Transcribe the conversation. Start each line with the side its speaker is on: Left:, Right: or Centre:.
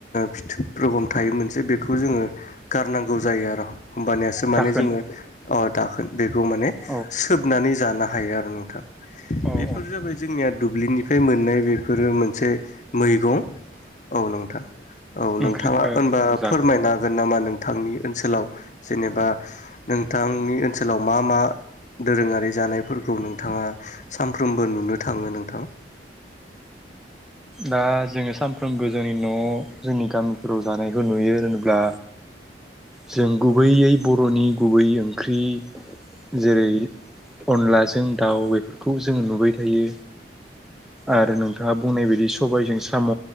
Left: फिथोब रखम थायोमोनसे बेखौ जोङो गारनांगौ जायो आरो'। होमबानियासो माने
Centre: दाखोन
Left: जोङो अ दा बेखौ माने
Centre: औ
Left: सोबनानै जानो हायो आरो नोंथां।
Centre: औ
Left: बेफोर जाबाय जोंनिया दुब्लिनिफ्राय मोननाय बेफोरो मोनसे मैगं औ नोंथां औ
Centre: ओंख्रि
Left: नोंथाङा
Centre: ओ
Left: होनबा
Centre: जागोन
Left: फोरमायनो हागोन नामा नों -थांनि ओनसोलाव जेनेबा नोंथांनि ओनसोलाव मा -मा दोरोङारि जानायफोरखौ नोंथाङा सानफ्रोमबो नुनो थाङो नोंथां?
Centre: दा जोङो सानफ्रोमबो जोंनि न' जोंनि गामिफोराव जानायखौ नुयो होनोब्ला जों गुबैयै बर'नि गुबै ओंख्रि जेरै अनलाजों दाउ बेफोरखौ जों नुुबाय थायो आरो नोंथाङा बुंनाय बायदि सम सबायजों साम'